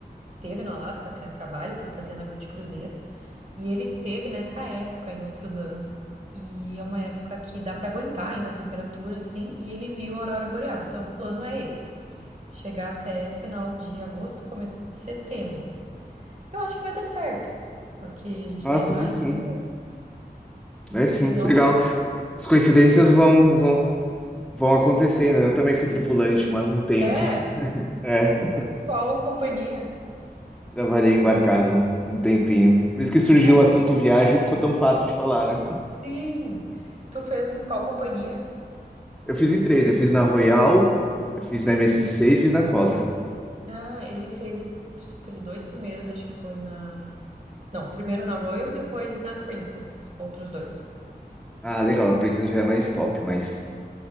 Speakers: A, on the right; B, in the centre.
A: esteve no Alasca assim a trabalho, que ele fazia navio de cruzeiro. E ele teve nessa época, em outros anos. E é uma época que dá para aguentar ainda a temperatura, assim, e ele viu a aurora boreal. Então, o plano é esse: chegar até final de agosto, começo de setembro. Eu acho que vai dar certo, porque a gente
B: Nossa,
A: tá em maio
B: vai sim.
A: ainda.
B: Vai
A: Se
B: sim.
A: não,
B: Legal. As coincidências vão, vão, vão acontecendo. né? Eu também fui tripulante uma- um tempo.
A: é,
B: É, <laughs>
A: qual companhia?
B: trabalhei embarcado um, um tempinho. Por isso que surgiu
A: Ah,
B: o assunto viagem e ficou tão fácil de falar, né?
A: sim. Tu fez em qual companhia?
B: Eu fiz em três. Eu fiz na Royal, eu fiz na MSC e fiz na Costa.
A: Ah, ele fez o- os pri- dois primeiros, acho que foi na. Não, primeiro na Royal, depois na Princess, outros dois.
B: Ah, legal. A Princess já é mais top, mais